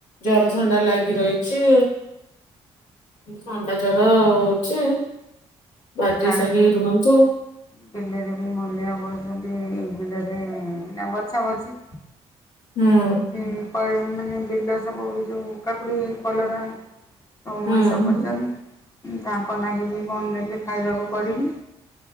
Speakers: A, on the left; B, on the left.
A: ଜର, ଥଣ୍ଡା ଲାଗି ରହିଛି। ଥଣ୍ଡା ଜର ହଉଛି ବାଗେଈ
B: ଆଡ଼େ
A: ସାଗି
B: ବି
A: ରୁହନ୍ତୁ।
B: ବିଲରେ ବି ମୂଲିଆ କରୁଛନ୍ତି ବିଲରେ ନା ବଛା ବଛି
A: ହୁଁ
B: ହଉଛି ମାନେ ବିଲ ସବୁ ଯୋଉ କାକୁଡି କଲରା ସବୁ ମଣିଷ
A: ହୁଁ ହୁଁ
B: କରୁଛନ୍ତି ତାଙ୍କ ନାଗିବି କଣ ନେବି। ଖାଇବାକୁ କରିବି